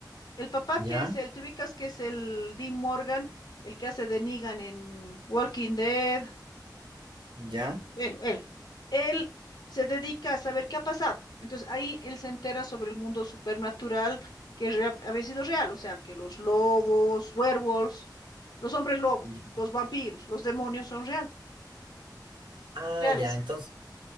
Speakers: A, on the left; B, on the right.
A: el papá
B: ya,
A: que es el, te ubicas que es el Dean Morgan, el que hace de Negan en Walking Dead,
B: ya,
A: eh, bueno, él, él se dedica a saber qué ha pasado. Entonces ahí él se entera sobre el mundo supernatural que rea- había sido real, o sea, que los lobos, werewolves, los hombres lobos,
B: ya.
A: los vampiros, los demonios son real,
B: Ah,
A: reales.
B: ya, entonces.